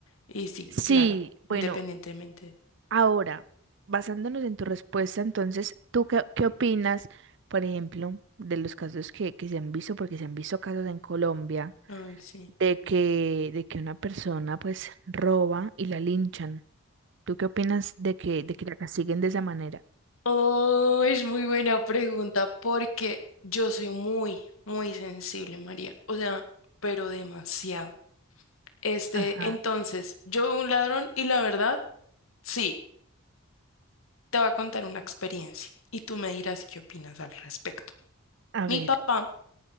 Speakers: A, on the left; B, on the right.
A: Y sí,
B: sí.
A: claro, independientemente.
B: Bueno, ahora, basándonos en tu respuesta, entonces, ¿tú qué, qué opinas, por ejemplo, de los casos que, que se han visto, porque se han visto casos en Colombia,
A: Ay, sí.
B: de que, de que una persona pues roba y la linchan? ¿Tú qué opinas de que, de que la castiguen de esa manera?
A: Oh, es muy buena pregunta porque yo soy muy, muy sensible, María. O sea, pero demasiado. Este,
B: Ajá.
A: entonces, yo un ladrón y la verdad, sí, te voy a contar una experiencia y tú me dirás qué opinas al respecto.
B: A
A: Mi
B: ver.
A: papá,